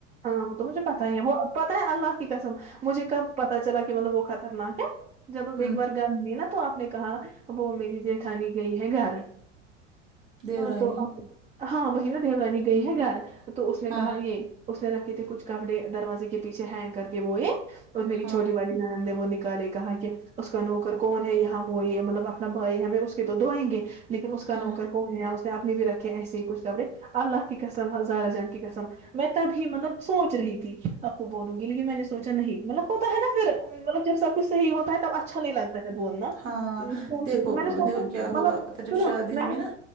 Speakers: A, on the right; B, on the right.
A: ہاں وہ تو مجھے پتہ ہی ہے وہ پتہ ہے اللہ کی قسم مجھے کب پتتہ چلا کہ مطلب وہ خطرناک ہے جب اب
B: ہوں
A: ایک بار گائین دیے نا تو آپ نے کہا اب وہ میری جیٹھانی گئی ہے گھر
B: دیورانی
A: تو اب ہاں وہی نا دیو رانی گئی ہے گھر تو اس نے
B: ہاں
A: کہا یہ اس میں رکھے تھے کچھ کپڑے دروازے کے پیچھے ہینگ کر کے وہ یہ اور میری
B: ہاں
A: چھوٹی والی نند نے وہ کہا کہ اس کا نوکر کون ہے یہاں وہ یہ مطلب اپنا بھائی ہمیں اس کے تو دھوئیں گے لیکن اس کا
B: ہاں
A: نوکر اس نے اپنے بھی رکھے ہیں ایسے ہی کچھ کپڑے اللہ کی قسم ہزارہ جان کی قسم میں تبھی مطلب سوچ رہی تھی آپ کو بولوں گی لیکن میں نے سوچا نہیں مطلب ہوتا ہے نا پھر مطلب جب سب کچھ صحیح ہوتا ہے تب اچھا نہیں لگتا ہے بولنا
B: ہاں
A: ے <unintelligible>
B: دیکھو
A: میں نے مطلب
B: دیکھو کیا ہوا
A: سنو
B: پھر جب شادی
A: مینے
B: ہوئی نا